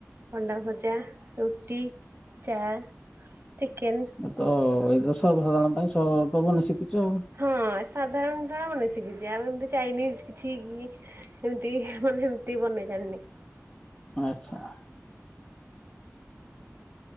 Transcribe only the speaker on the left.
ତ ଏଇଥର ସର୍ବସାଧାରଣ ପାଇଁ ସ ତ ବନେ ଶିକିଚ ଆଉ।
ଆଚ୍ଛା।